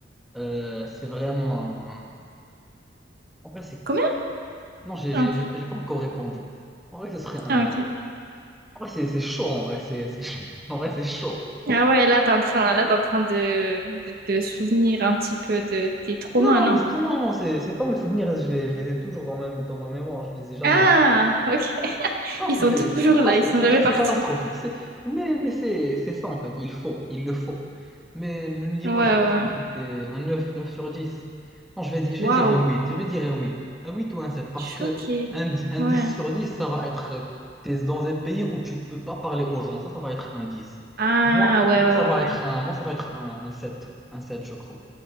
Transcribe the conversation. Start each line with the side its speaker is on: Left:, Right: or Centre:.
Centre: euh, c'est vraiment un- En vrai, c'est...
Right: Combien?
Centre: Non, j'ai
Right: Ah,
Centre: j'ai- j'ai- j'ai pas encore répondu. En vrai, ce serait un...
Right: ah, ok.
Centre: En vrai, c'est c'est chaud, en vrai, c'est c'est chaud. <laughs> En vrai, c'est chaud.
Right: Ah ouais, là, t'es en train, là, t'es en train de, de te souvenir un petit peu de tes traumas,
Centre: Non, non,
Right: non?
Centre: mais c'est- non, non, non, c'est c'est pas mes souvenirs, je les, je les ai toujours dans ma, dans ma mémoire, je les ai jamais.
Right: Ah, ok.
Centre: Non,
Right: Ils
Centre: c'est
Right: sont
Centre: c'est-
Right: toujours
Centre: c'est-
Right: là,
Centre: non, c'est
Right: ils sont
Centre: c'est
Right: jamais
Centre: ca-
Right: partis.
Centre: c'est catastrophique, c'est mais, mais c'est c'est ça en fait, il faut, il le faut. Mais le niveau,
Right: Ouais, ouais. ouais.
Centre: je pense que c'était un neuf neuf sur dix Non, je vais, di- je vais
Right: Waouh,
Centre: dire un huit je vais dire un huit un 8 ou un 7 parce
Right: choquée.
Centre: que un, di- un
Right: Ouais.
Centre: dix sur dix ça va être euh, t'es dans un pays où tu peux pas parler aux gens, ça, ça va être un dix
Right: Ah,
Centre: Moi,
Right: ouais,
Centre: moi
Right: ouais,
Centre: ça va
Right: ouais.
Centre: être
Right: ouais.
Centre: un, moi, ça va être un, un sept un sept je crois.